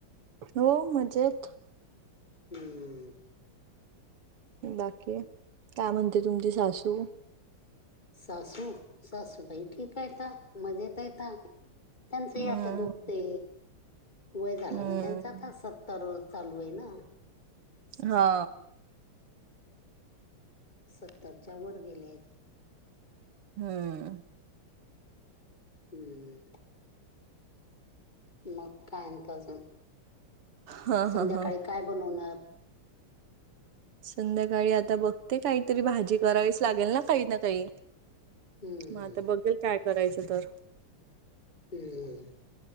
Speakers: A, on the right; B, on the left.
A: हो मजेत.
B: हम्
A: बाकी काय म्हणते तुमची सासू?
B: सासू सासूबाई ठीक आहेता मजेत आहेता. त्यांचही
A: हम्म
B: आता दुखते वय झालं
A: हम्म
B: ना त्यांचं आता सत् त्तर चालू आहे ना.
A: हो.
B: सत्तरच्या वर गेले आहेत.
A: हम्म
B: हम्मम. मग कायं म्हणता अजून
A: हा
B: संध्याकाळी
A: हा हा
B: काय बनवणार?
A: संध्याकाळी आता बघते काहीतरी भाजी करावीच लागेल ना काही ना काही.
B: हम्म
A: मग आता बघेल काय करायचं तर.
B: हम्